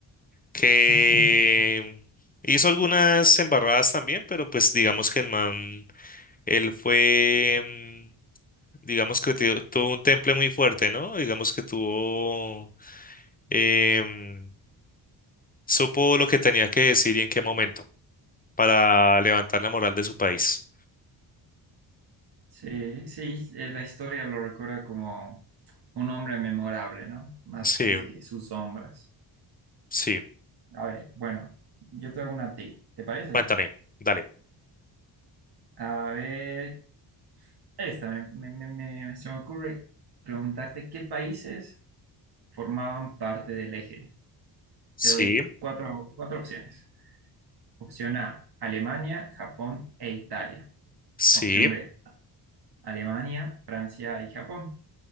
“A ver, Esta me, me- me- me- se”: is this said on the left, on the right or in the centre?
Right